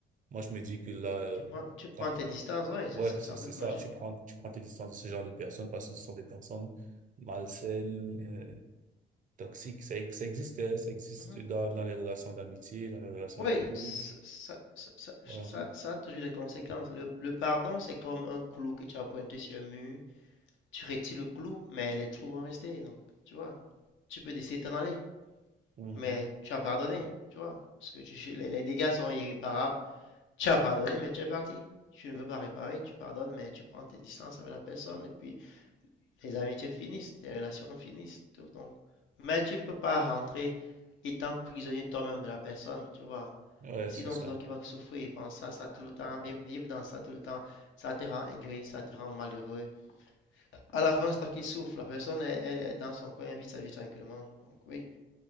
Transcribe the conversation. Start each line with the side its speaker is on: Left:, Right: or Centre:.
Right: moi, je me dis que là, euh,
Left: Tu prends, tu prends
Right: quand-
Left: tes distances. Ouais, c'est
Right: ouais,
Left: c'est
Right: c'est,
Left: un
Right: c'est
Left: peu magique.
Right: ça, tu prends, tu prends tes distances de ce genre de personnes parce que ce sont des personnes malsaines, euh, toxiques. Ça, ex- ça existait, ça existe
Left: Mhm.
Right: dans, dans les relations d'amitié, dans les relations
Left: Oui,
Right: de couple.
Left: ça, ça, ça- ça-
Right: Ouais.
Left: ça- ça a toujours des conséquences. Le, le pardon, c'est comme un clou que tu as pointé sur un mur. Tu retires le clou, mais les trous vont rester. Donc, tu vois, tu peux décider de t'en aller,
Right: Hmm.
Left: mais tu as pardonné, tu vois, parce que tu- les, les dégâts sont irréparables. Tu as pardonné, mais tu es parti. Tu ne veux pas réparer, tu pardonnes, mais tu prends tes distances avec la personne, et puis les amitiés finissent, les relations finissent, tout. Donc, mais tu ne peux pas rentrer étant prisonnier toi-même de la personne, tu vois.
Right: Ouais,
Left: Sinon,
Right: c'est ça.
Left: c'est toi qui vas souffrir, penser à ça tout le temps, vivre, vivre dans ça tout le temps. Ça te rend aigri, ça te rend malheureux. À la fin, c'est toi qui souffre. La personne, elle, elle est dans son coin, elle vit sa vie tranquillement. Donc oui,